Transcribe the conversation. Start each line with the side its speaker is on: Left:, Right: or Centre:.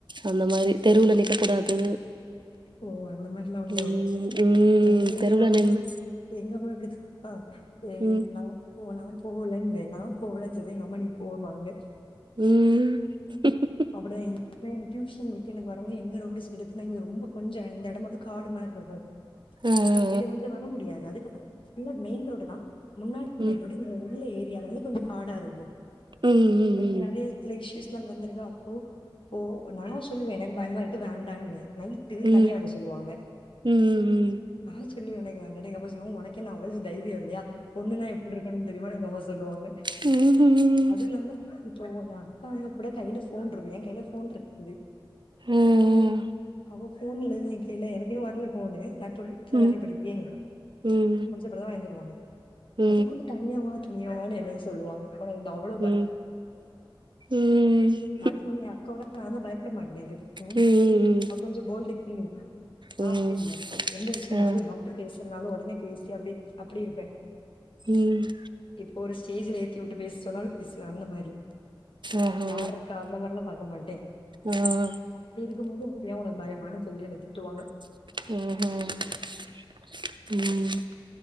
Right: அந்த மாரி தெருவுல நிக்க கூடாது
Left: ஓ அந்த மாரில்லா உண்டா
Right: ம் ம்
Left: இங்க
Right: தெருவுல
Left: எங்க அம்மாக்
Right: நின்னு
Left: எங்கம்மா எப்டி சொல்னா எங்
Right: ம்
Left: நா போ நா போகலன்னுவ நா போகலுனு சொல்வேன் எங்க அம்மா நீ போவாங்க
Right: ம் <unintelligible>
Left: அப்டிதா இங்கமே டியூஷன் விட்டு எனக்கு வரும்போது எங்க ரோடு சைடு போனா இங்க ரொம்ப கொஞ்சோ இந்த எடோ மட்டு காடு மாரி இருக்கு <unintelligible>
Right: அ
Left: இது கொஞ்சோ வர முடியாது அதுக்கப்றோ ஃபுல்லா மெயின் ரோடுதா முன்னாடி
Right: ம்
Left: மெயின் ரோடு உள்ள ஏரியால வந்து கொஞ்சோ காடா இருக்கு
Right: ம் ம்
Left: அப்ப இங்க நெறயா எடத்துல ஷ்யூஷ் ல்லா வந்திருக்கா அப்போ போ நா சொல்லுவேன் எனக்கு பயமாருக்கு வேண்டானுவேன் நைட்டு
Right: ம்
Left: தனியா வர சொல்லுவாங்க
Right: ம் ம்
Left: நான் சொல்லுவன் எனக்கு வேண்டாட்டு எங்க அம்மா சொல்லுவாங்க உனக்கென்ன அவ்ளோ தைரியோ இல்லயா பொண்ணுனா எப்டி இருக்கணுனு தெரியுமானு எங்க அம்மா சொல்லுவாங்க
Right: ம்
Left: அது
Right: ம் ம்
Left: இல்லாம இப்போ உன்ன அக்கானா கூட கைல ஃபோன்றுருக்கு என் கைல ஃபோன்றுருக்குது
Right: ம் ம்
Left: அவ ஃபோனு இல்ல என் கைல எனக்கு இன்னு வர்ல ஃபோனு நா டுவெல்த்துதானே
Right: ம் ம்
Left: படிப்பே
Right: ம்
Left: <unintelligible> கூட வாங்கிர்வாங்க
Right: ம்
Left: அதுக்குள்ள தனியாவா தனியாவானு என்னய சொல்லுவாங்க ஆனா இது அவ்ள
Right: ம் ம் ம்
Left: மேக்ஸிமம் ஏ அக்காவோட நாதா பயப்பட மாட்டே எதுக்கு
Right: ம்
Left: அவ கொஞ்சோ போல்டு கிங் நா
Right: ம்
Left: அப்டி இல்ல எந்த விஷயனாலு
Right: ஆ
Left: நா இப்ப பேசுறனாலு ஒடனே பேசி அப்டி அப்டி இருப்பே
Right: ம்
Left: இப்ப ஒரு ஸ்டேஜுல ஏத்தி வுட்டு பேச சொன்னாலு பேசுவே அந்த மாரி
Right: ஆஹா
Left: யார்ருக்கா அந்த மாரிலா பாக்க மாட்டே
Right: ஆ
Left: அப்டி இருக்கும்போது அப்டியா ஒனக்கு பயமானு சொல்லி என்ன திட்டுவாங்க
Right: ம் ம்